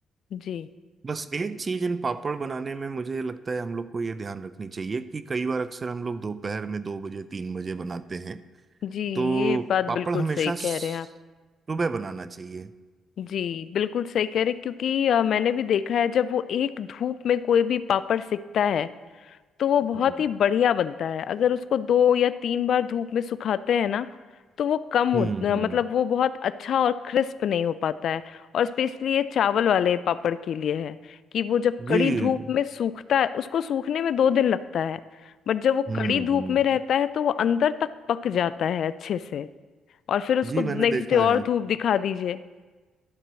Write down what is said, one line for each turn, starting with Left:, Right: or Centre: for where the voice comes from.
Left: जी
Right: बस एक चीज़ इन पापड़ बनाने में मुझे लगता है हम लोग को ये ध्यान रखनी चाहिए कि कई बार अक्सर हम लोग दोपहर में दो बजे तीन बजे बनाते हैं
Left: जी
Right: तो
Left: ये बात
Right: पापड़
Left: बिल्कुल
Right: हमेशा
Left: सही
Right: स-
Left: कह रहे हैं आप
Right: सुबह बनाना चाहिए
Left: जी बिल्कुल सही कह रहे हैं, क्योंकि अ, मैंने भी देखा है जब वो एक धूप में कोई भी पापड़ सिकता है तो वो बहुत
Right: हम्म
Left: ही बढ़िया बनता है अगर उसको दो या तीन बार धूप में सुखाते हैं ना तो वो कम हो
Right: हम्म
Left: अ,
Right: हम्म।
Left: मतलब वो बहुत अच्छा और क्रिस्प नहीं हो पाता है और स्पेशली ये चावल वाले पापड़ के लिए है कि वो जब
Right: जी
Left: कड़ी धूप में सूखता है उसको सूखने में दो दिन लगता है बट जब वो
Right: हम्म
Left: कड़ी
Right: हम्म
Left: धूप में रहता
Right: हम्म।
Left: है तो वो अंदर तक पक जाता है अच्छे से और फिर उसको
Right: जी
Left: नेक्स्ट
Right: मैंने देखा
Left: डे और
Right: है
Left: धूप दिखा दीजिए